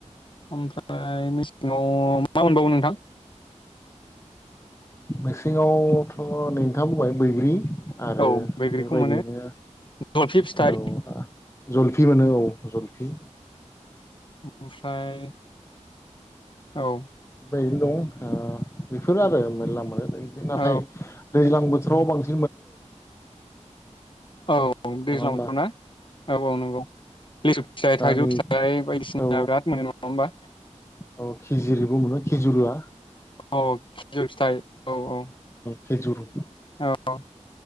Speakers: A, on the left; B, on the left.
A: ओमफ्राय मेसेङाव मा मोनबावो नोंथां?
B: मेसेङावथ' नोंथाङा बुंबाय बैग्रि आरो
A: औ बैग्रिखौ
B: बेबायदियैनो
A: मोनो जलफि फिथाइ
B: औ जलफि मोनो औ। जलफि
A: अ <unintelligible> ओमफ्राय औ
B: नो दं ओ बेफोरो आरो मेरला मोनो इदि नाथाय
A: औ
B: दैजां बोथोर स'बां <unintelligible>
A: औ
B: नङा
A: दैज्लां
B: होमबा
A: बोथोराव ना औ औ नंगौ लिसु फिथाइ
B: दा
A: थाइजौ
B: नै
A: फिथाइ बायदिसिना
B: औ
A: बिराद मोनो नङा होमबा।
B: औ खिजिरिबो मोनो खिजुरुआ
A: औ खिजुर फिथाइ औ औ।
B: खेजुर
A: औ